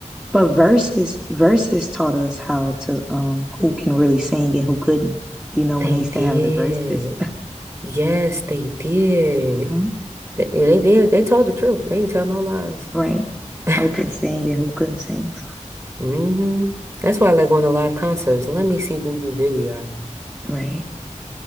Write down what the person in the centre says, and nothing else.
But Versus Versus taught us how to um who can really sing and who couldn't. You know,
when they used
to have the verses.
hmm
Right.
Who can sing and who couldn't sing.
Right.